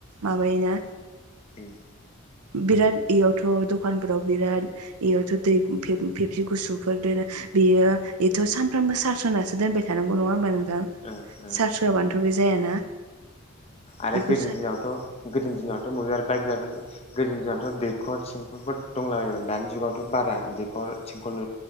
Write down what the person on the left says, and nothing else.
उम
ओ ओ
आरो
गोद़नि
दिनावथ' गोजनि दिनावथ' बयहाबो आरो बाइक गैयामोन गोदोनि दिनावथ' दैखर थिंखलफोर दंलाबायायोमोन दानि जुगावथ' बारा दैखर थिंखल